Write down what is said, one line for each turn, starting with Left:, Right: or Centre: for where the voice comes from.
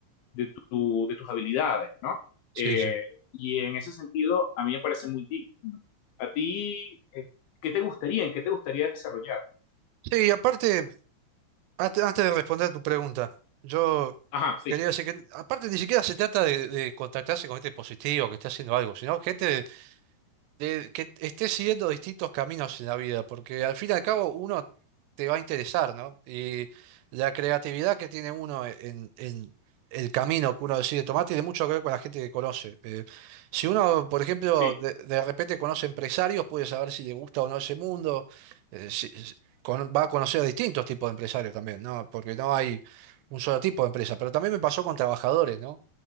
Left: de, tu, de tus habilidades, ¿no?
Right: sí,
Left: Eh,
Right: sí.
Left: y en ese sentido, a mí me parece muy digno. ¿A ti eh, qué te gustaría, en qué te gustaría desarrollar?
Right: Sí, y aparte. Ante- Antes, de responder a tu pregunta, yo
Left: Ajá, sí,
Right: quería decir que, aparte, ni siquiera se trata de, de contactarse con gente positiva que esté haciendo algo, sino gente de que estés siguiendo distintos caminos en la vida, porque al fin y al cabo uno te va a interesar, ¿no? Y la creatividad que tiene uno en, en el camino que uno decide tomar tiene mucho que ver con la gente que conoce. Eh, si uno, por ejemplo,
Left: sí,
Right: de, de repente conoce empresarios, puede saber si le gusta o no ese mundo, eh, si- si- con- va a conocer a distintos tipos de empresarios también, ¿no? Porque no hay... un solo tipo de empresa, pero también me pasó con trabajadores, ¿no?